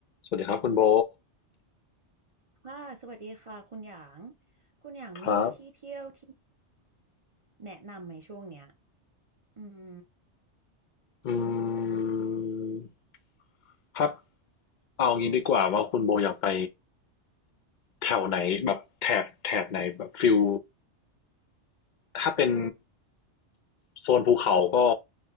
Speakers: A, on the left (about 55°); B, on the right (about 40°).
A: สวัสดีครับคุณโบ
B: ค่ะสวัสดีค่ะคุณหยางคุณหยางมีที่เที่ยวที่ไหน
A: ครับ
B: แนะนำไหมช่วงเนี้ยอืม
A: อืมครับเอางี้ดีกว่าว่าคุณโบอยากไปแถวไหนแบบแถบแถบไหนแบบฟิลถ้าเป็นโซนภูเขาก็